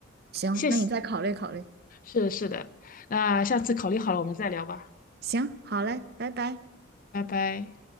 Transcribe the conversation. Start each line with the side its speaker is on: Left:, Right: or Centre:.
Right: 行，
Left: 谢谢，
Right: 那你再考虑考虑。
Left: 是的，是的，那下次考虑好了我们再聊吧，
Right: 行，好嘞，拜拜。
Left: 拜拜。